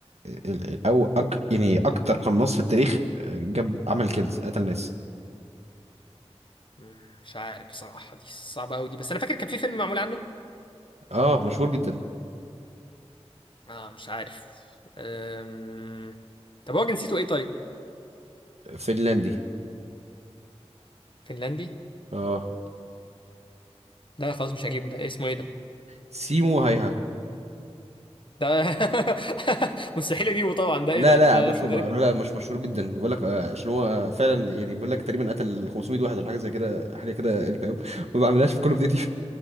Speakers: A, on the right; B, on the left.
A: ال- او أج يعني اكتر قناص في التاريخ آه، جاب عمل كيلز قتل ناس
B: مم، مش عارف بصراحه دي صعبه قوي دي بس انا فاكر كان في فيلم معمول عنه
A: اه مشهور جدا
B: اه مش عارف أم... طب هو جنسيته ايه طيب
A: فنلندي
B: فنلندي
A: اه
B: لا خلاص مش هجيبه ده إيه اسمه ايه ده
A: سيمو هايها
B: ده <laughs> مستحيل اجيبه طبعا ده
A: لا
B: ايه ده
A: لا
B: ده
A: بشوف
B: اسمه غريب
A: لا لا مش مشهور جدا بقول لك آه، عشان هو فعلا يعني بقول لك تقريبا قتل 500 واحد ولا حاجه زي كده حاجه كده يعني فاهم ما بعملهاش في كل اوف ديوتي